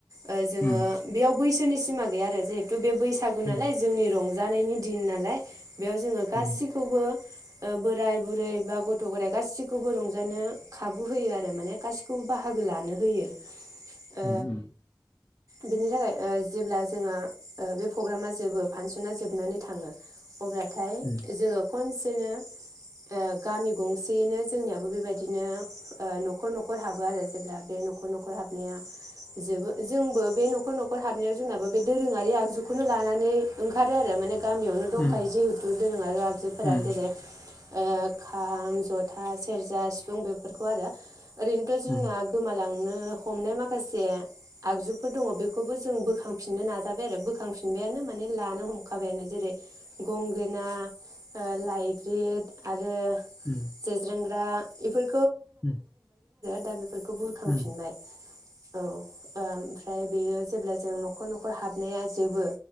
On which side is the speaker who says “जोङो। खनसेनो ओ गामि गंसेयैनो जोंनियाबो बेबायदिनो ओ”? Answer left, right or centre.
Right